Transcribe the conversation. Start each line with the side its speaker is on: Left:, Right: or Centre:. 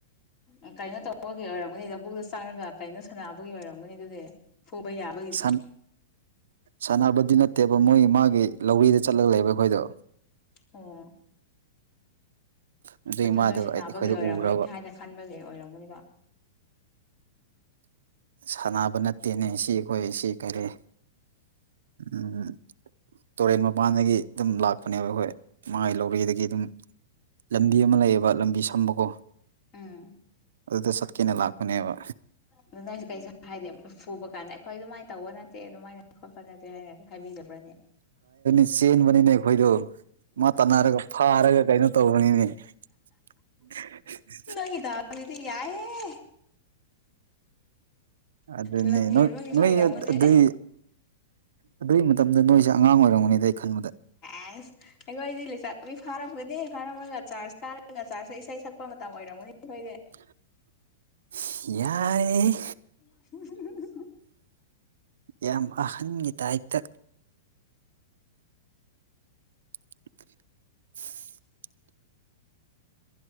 Left: ꯑ ꯀꯩꯅꯣ ꯇꯧꯕꯒꯤ ꯑꯣꯏꯔꯝꯒꯅꯤ ꯂꯧꯕꯕꯨꯛꯇ ꯆꯥꯡꯉꯒ ꯀꯩꯅꯣ ꯁꯥꯟꯅꯥꯕꯒꯤ ꯑꯣꯏꯔꯝꯒꯅꯤ ꯑꯗꯨꯗꯤ ꯐꯨꯕ ꯌꯥꯕꯒꯤ
Right: ꯁꯟ ꯁꯥꯟꯅꯕꯗꯤ ꯅꯠꯇꯦꯕ ꯃꯣꯏꯒꯤ ꯃꯥꯒꯤ ꯂꯧꯔꯤꯗ ꯆꯠꯂꯒ ꯂꯩꯕ ꯑꯈꯣꯏꯗꯣ
Left: ꯑꯣ
Right: ꯑꯗꯨꯒꯤ
Left: ꯑꯗꯨ
Right: ꯃꯥꯗꯣ
Left: ꯅꯣꯏ ꯁꯥꯅꯥꯕꯒꯤ
Right: ꯑꯩꯈꯣꯏꯗ
Left: ꯑꯣꯏꯔꯝꯒꯅꯤ
Right: ꯎꯈ꯭ꯔꯕ
Left: ꯍꯥꯏꯅ ꯈꯟꯕꯒꯤ ꯑꯣꯏꯔꯝꯒꯅꯤꯕ
Right: ꯁꯥꯟꯅꯕ ꯅꯠꯇꯦꯅꯦ ꯁꯤ ꯑꯩꯈꯣꯏ ꯁꯤ ꯀꯔꯤ ꯎ ꯇꯣꯔꯦꯟ ꯃꯄꯥꯟꯗꯒꯤ ꯑꯗꯨꯝ ꯂꯥꯛꯄꯅꯦꯕ ꯑꯩꯈꯣꯏ ꯃꯥꯏ ꯂꯧꯔꯤꯗꯒꯤ ꯑꯗꯨꯝ ꯂꯝꯕꯤ ꯑꯃ ꯂꯩꯌꯦꯕ ꯂꯝꯕꯤ ꯁꯝꯕꯀꯣ
Left: ꯎꯝ
Right: ꯑꯗꯨꯗ ꯆꯠꯀꯦꯅ ꯂꯥꯛꯄꯅꯦꯕ
Left: ꯑꯗꯨ ꯅꯣꯏꯁꯨ ꯀꯩꯁꯨ ꯍꯥꯏꯗꯦ ꯐꯨꯕ ꯀꯥꯟꯗ ꯑꯩꯈꯣꯏ ꯑꯗꯨꯃꯥꯏꯅ ꯇꯧꯕ ꯅꯠꯇꯦ ꯑꯗꯨꯃꯥꯏꯅ ꯈꯣꯠꯄ ꯅꯠꯇꯦ ꯍꯥꯏꯅ ꯍꯥꯏꯕꯤꯗꯕ꯭ꯔꯅꯦ
Right: ꯆꯦꯟ ꯕꯅꯤꯅꯦ ꯑꯩꯈꯣꯏꯗꯣ ꯃꯥ ꯇꯥꯟ ꯐꯥꯔꯒ ꯀꯩꯅꯣ ꯇꯧꯕꯅꯤꯅꯦ <inaudible>
Left: ꯅꯪꯒꯤ ꯗꯥꯎꯖꯤꯗꯤ ꯌꯥꯏꯍꯦ
Right: ꯑꯗꯨꯅꯤ
Left: ꯂꯝ ꯍꯦꯟꯕꯒꯤꯁꯨ
Right: ꯅꯣꯏ
Left: ꯑꯣꯏꯔꯝꯒꯅꯤ
Right: ꯑꯗꯨꯒꯤ ꯑꯗꯨꯒꯤ ꯃꯇꯝꯗ ꯅꯣꯏꯁꯦ ꯑꯉꯥꯡ ꯑꯣꯏꯔꯝꯒꯅꯤꯗ ꯑꯩ ꯈꯟꯕꯗ
Left: ꯑꯦꯁ ꯑꯩꯈꯣꯏꯗꯤ ꯂꯩꯆꯥꯥꯛ ꯅꯨꯨꯕꯤ ꯐꯥꯔꯝꯒꯅꯤ ꯐꯥꯔꯝꯃꯒ ꯆꯥꯔꯖ ꯀꯥꯔꯒ ꯆꯥꯔꯖꯁ ꯏꯁꯩ ꯁꯛꯄ ꯃꯇꯝ ꯑꯣꯏꯔꯝꯒꯅꯤ ꯑꯩꯈꯣꯏꯗꯤ
Right: <inaudible>
Left: <unintelligible>
Right: ꯌꯥꯔꯦ ꯌꯥꯝ ꯑꯍꯟꯒꯤ ꯇꯥꯏꯞꯇ <unintelligible>